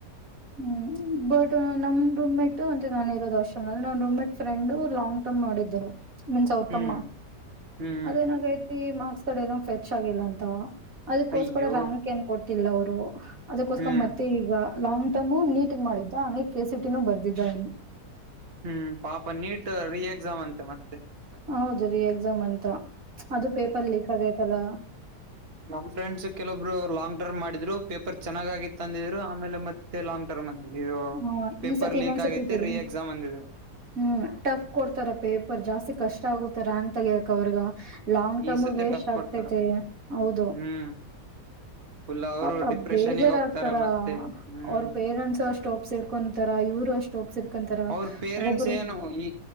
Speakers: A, on the right (about 55°); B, on the right (about 35°).
A: ಹ್ಮ್ ಬಟ್ ನಮ್ ರೂಮ್ ಮೇಟ್ ಅಂತ ನಾನನ್ ಇರೋದ ವರ್ಷ ನ್ ರೂಮ ಮೇಟ್ ಫ್ರೆಂಡ್ ಲಾಂಗ್ ಟ್ ಮಾಡಿದ್ದರು ಮನ್ಸ ಉತ್ತಮ್ಮ
B: ಹ್ಮ್ ಹ್ಮ್
A: ಅದೇನಾಗೈತಿ ಮಾರ್ಕ್ಸ್ ಕಡೆ ಏನ ಫ್ರೆಚ್ ಆಗಿಲ್ಲ ಅಂತ ಅದಕ್ಕೋಸ್ಕರ
B: ಅಯ್ಯೋ
A: ರ್ಯಾಂಕ್ ಏನ್ ಕೊಡ್ತಿಲ್ಲ ಅವರು ಅದಕ್ಕೋಸ್ಕರ
B: ಹ್ಮ್
A: ಮತ್ತೆ ಈಗ ಲಾಂಗ್ ತಂಬು ನೀಟಗ್ ಮಾಡಿದ್ದ ಹಗೆ ಕೆ ಸಿ ಟಿನೂ ಬರ್ದಿದ್ದ ಇಲ್ಲಿ
B: ಹ್ಮ್ ಪಾಪ ನೀಟ್ ರಿ ಎಕ್ಸಾಮ್ ಅಂತೆ ಮತ್ತೆ
A: ಹೌದ ರೀ ಎಕ್ಸಾಮ್ ಅಂತ ಅದು ಪೇಪರ್ ಲೀಕ್ ಆಗೈತಲ್ಲ
B: ನಮ ಫ್ರಂಡ್ಸ್ ಕೆಲವೊಬ್ರು ಲಾಂಗ್ ಟರ್ಮ್ ಮಾಡಿದ್ರು ಪೇಪರ್ ಚೆಾಗಾಗಿತ್ತು ತಂದಿದ್ರು ಆಮೇಲೆ ಮತ್ತೆ ಲಾಂಗ್ ಟರ್ಮ್ ಅಂದಿದ್ರು ಇದು
A: ಹಾ
B: ಪೇಪರ್
A: ಈ ಸತಿ ಇನ್ನೊಂದ್
B: ಲೀಕ್
A: ಸತಿ
B: ಆಗೈತಿ
A: ಇಟ್ಟೇಳ
B: ರಿ ಎಕ್ಸಾಮ್ ಅಂದಿದ್ರು
A: ಹ್ಮ್ ಟಫ್ ಕೊಡ್ತಾರ ಪೇಪರ್ ಜಾಸ್ತಿ ಕಷ್ಟ ಆಗತಾರ ಅಂಗ ತಗಕ್ ಅವ್ರಗ ಲಾಂಗ್ ಟರ್ಮ್
B: ಈ ಸತಿ
A: ವೇಸ್ಟ್
B: ಟಫ್
A: ಆಗ್ತೈತೆ
B: ಕೊಡ್ತಾರ
A: ಹೌದು
B: ಹ್ಮ್ ಫುಲ್ ಅವರು
A: ಅಪ
B: ಡಿಪ್ರೆಷನ್ಗ
A: ಬೇಜಾರಾಗ್ತಾರ
B: ಹೋಗ್ತಾರ ಮತ್ತೆ ಹ್ಮ್
A: ಅವ್ರ ಪೇರೆಂಟ್ಸ್ ಅಷ್ಟುಪ್ಸ ಸಿಡ್ಕೊಂತಾರ ಇವರು ಅಷ್ಟ ಒಬ ಸಿಡ್ಕೊಂತಾರ
B: ಅವ್ರ ಪೇರೆಂಟ್ಸ್
A: ಒಬ್ಬೊಬ್ಬರು
B: ಏನು ಈ